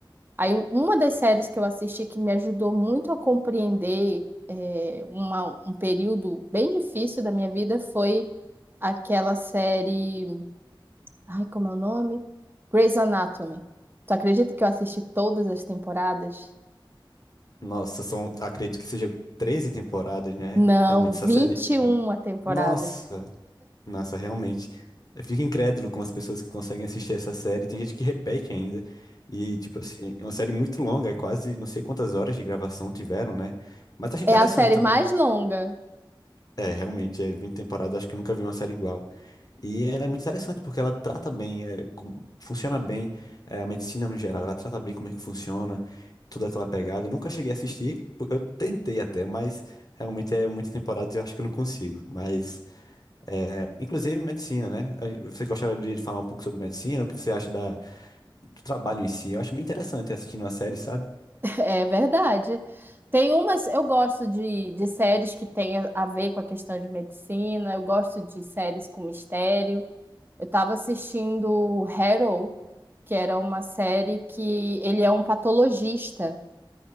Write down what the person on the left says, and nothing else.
Nossa, são, acredito que sejam 13 temporadas, né?
Realmente, essa
série.
Nossa! Nossa, realmente. Eu fico incrédulo com as pessoas que conseguem assistir essa série. Tem gente que repete ainda. E, tipo assim, é uma série muito longa, é quase não sei quantas horas de gravação tiveram, né? Mas acho interessante
também.
É, realmente, é 20 temporadas, acho que eu nunca vi uma série igual. E ela é muito interessante porque ela trata bem, é, com- funciona bem, é, a medicina no geral, ela trata bem como é que funciona, toda aquela pegada. Eu nunca cheguei a assistir, eu tentei até, mas realmente é muitas temporadas e eu acho que eu não consigo. Mas. É, inclusive medicina, né? A- Você gostaria de falar um pouco sobre medicina, o que você acha da- do trabalho em si? Eu acho bem interessante assistir uma série, sabe?